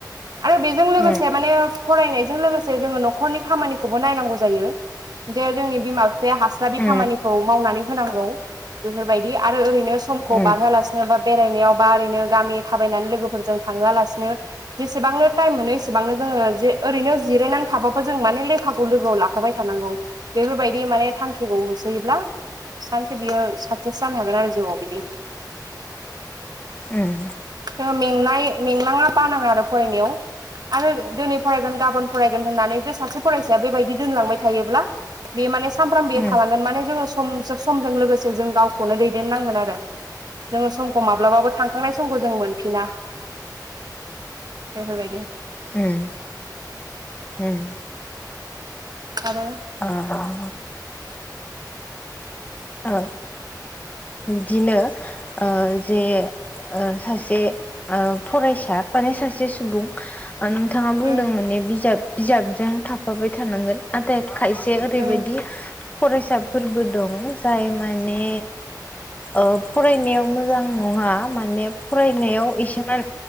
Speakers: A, on the right; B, on the left.
A: आरो बेजों
B: उम
A: लोगोसे माने फरायनायजों लोगोस से जोङो न'खरनि खामानिखौबो नायनांगौ जायो दे जोंनि बिमा बिफाया हास्लाबि
B: उम
A: खामानिखौ मावनानै होनांगौ बेफोरबायदि आरो ओरैनो समखौ
B: उम
A: बारहोलासिनो बा बेरायनायाव बा ओरैनो गामि थाबायनानै लोगोफोरजों थांहोलासिनो जेसेबांनो टाइम मोनो एसेबांनो जोङो जे ओरैनो जिरायनानै थाबाबो जों माने लेखाखौ लोगोआव लाखाबाय थानांगौ बेफोरबायदि माने थांखिखौ होसोयोब्ला सानसे बियो साक्सेस जानो हागोन आरो जिउआव बिदि।
B: उम
A: जोङो मेंनाय मेंनाङा बानाङा आरो फरायनायाव। आरो दिनै फरायगोन गाबोन फरायगोन होननानै जे सासे फरायसाया बेबायदि दोनलांबाय थायोब्ला बेयो माने सानफ्रामबो बियो
B: उम
A: थालांगोन माने जोङो सम-समजों लोगोसे जों गावखौनो दैदेननांगोन आरो जोङो समखौ माब्लाबाबो थांखांनाय समखौ जों मोनफिना बेफोरबायदि।
B: उम उम
A: आरो
B: ओ ओ बिदिनो ओ जे ओ सासे ओ फरायसा माने सासे सुबुं नोंथाङा बुंदों
A: उम
B: माने बिजाब बिजाबजों थाफाबाय थानांगोन नाथाय खायसे ओरैबायाददि
A: उम
B: फरायसाफोरबो दं जाय माने ओ फरायनायाव मोजां नङा माने फरायनायाव एसेमान